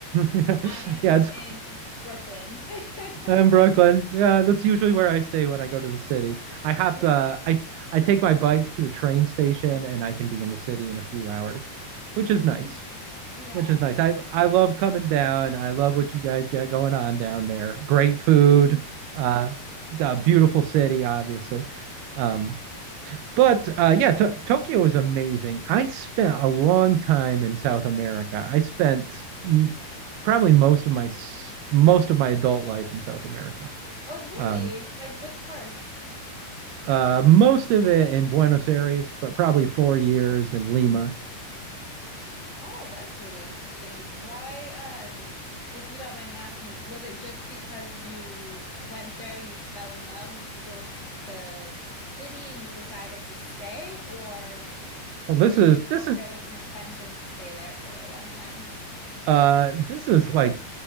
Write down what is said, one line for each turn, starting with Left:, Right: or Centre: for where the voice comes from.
Right: Yeah,
Left: I am
Right: yeah, it's
Left: in Brooklyn.
Right: I'm
Left: <laughs>
Right: Brooklyn. Yeah, that's usually where I stay when I go to the city. I hop
Left: Yeah.
Right: uh, I I take my bike to a train station and I can be in the city in a few hours, which is nice.
Left: Mhm. Yeah.
Right: which is nice. I I love coming down. I love what you guys got going on down there. Great food,
Left: Mm.
Right: uh, the beautiful city, obviously. Um, but uh, yeah, to- Tokyo is amazing. I spent a long time in South America. I spent m- probably most of my most of my adult life in South America.
Left: Oh, really?
Right: Um,
Left: Like which parts?
Right: uh, most of it in Buenos Aires, but probably four years in Lima.
Left: Oh, that's really interesting. Why, um, if you don't mind me asking, was it just because you went there, you fell in love with the city, you decided to stay, or
Right: Well, this
Left: did
Right: is
Left: you go
Right: this is
Left: there with an intention to stay there for a long time?
Right: uh, this is like